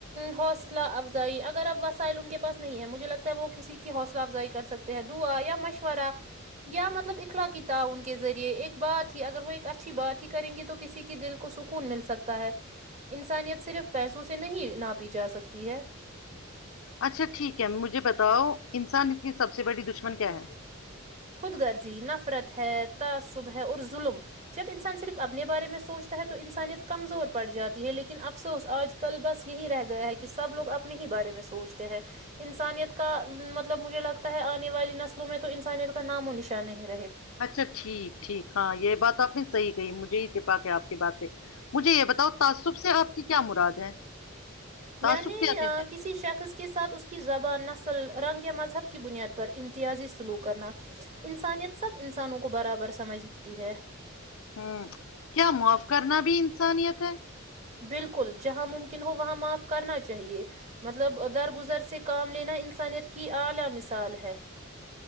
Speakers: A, on the right; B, on the left.
A: حوصلہ افزائی اگر اب وسائل انک کے پاس نہیں ہے مجھے لگتا وہ کسی کی حوصلہ افزائی کر سکتے ہیں دعا یا مشورہ یا مطلب اخلاقیتاع ان کے ذریعے ایک بات ہی اگر وہ ایک اچھی بات ہی کریں گے تو کسیك دل کو سکون مل سکتا ہے انسانیت صرف پیسوں سے نہیں نہا پی جا سکتی ہے
B: اچھا ٹھیک ہے مجھے بتاؤ انسان اس کی سب سے بڑی دشمن کیا ہے
A: خود غرضی نفرت ہے تعصب ہے اور ظلم جب انسان صرف اپنے بارے میں سوچتا ہے تو انسانیت کمزور پڑ جاتی ہے لیکن افسوس آج کل بس یہی رہ گیا ہے کہ سب لوگ اپنے ہی بارے میں سوچتے ہیں انسانیت کا مطلب مجھے لگتا ہے آنے والی نسلوں میں تو تو انانانییل کا نام و نشانۂ ہے
B: اچھا ٹھیک ٹھیک ہاں یہ بات آپنی صحیح کہی مجھے ہیتپا کے آپ کی بات سے مجھے یہ بتاؤ تعصب سے آپ کی کیا مراد ہے
A: یعنی
B: تعصب کیا کہ ہے
A: کسی شخص کے ساتھ اس کی زبان نہ س ل رنگ یا مذہب کی بنیاد پر امتیازی سلوک کرنا انسانیت سب انسانوں کو برابر سمجھتی ہے
B: ہوں کیا معاف کرنا بھی انسانیت ہے
A: بالکل جہاں ممکن ہو وہاں معاف کرنا چاہیے مطلب درگزر سے کام لینا انسانیت کی اعلی مثال ہے